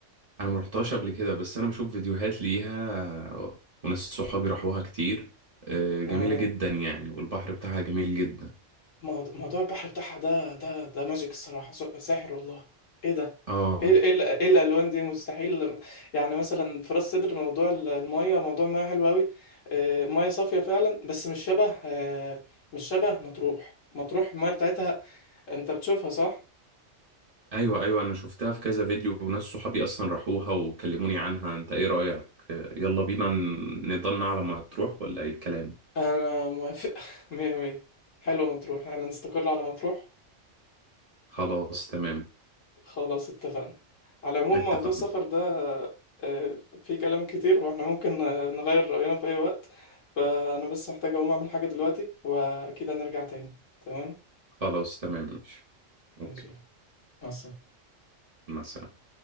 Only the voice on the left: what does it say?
اه
موضوع موضوع البحر بتاعها ده ده ده ماجيك الصراحة س- ساحر والله ايه ده
ايه ايه ال- إيه الالوان دي مستحيل يعني مثلا في راس سدر موضوع ال- المية موضوع المية حلو قوي آه، مية صافية فعلا بس مش شبه آه، مش شبه مطروح مطروح المية بتاعتها انت بتشوفها صح
انا موافق <laughs> مية مية حلو مطروح انا نستقر على مطروح
خلاص اتفقنا على العموم
موضوع السفر ده آه، فيه كلام كتير واحنا ممكن آه، نغير رأينا في أي وقت فأنا بس محتاج أقوم أعمل حاجة دلوقتي وأكيد هنرجع تاني تمام؟
ماشي يلا. مع السلامة